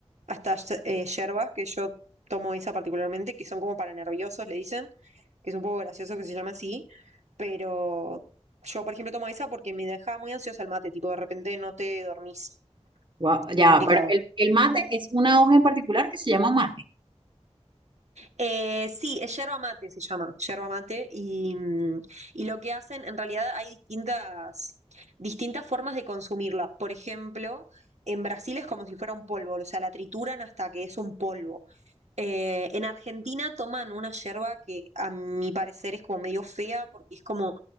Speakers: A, on the right (about 80°); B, on the right (about 45°).
A: hasta eh, yerbas que yo tomo esa particularmente, que son como para nerviosos, le dicen, que es un poco gracioso que se llama así, pero yo, por ejemplo, tomo esa porque me deja muy ansiosa el mate, tipo, de repente no te dormís.
B: Guau, ya,
A: Es complicado.
B: pero el, el mate es una hoja en particular que se llama mate.
A: Eh, sí, es yerba mate, se llama, yerba mate, y, mm, y lo que hacen, en realidad hay distintas, distintas formas de consumirla. Por ejemplo, en Brasil es como si fuera un polvo, o sea, la trituran hasta que es un polvo. Eh, en Argentina toman una yerba que a mi parecer es como medio fea porque es como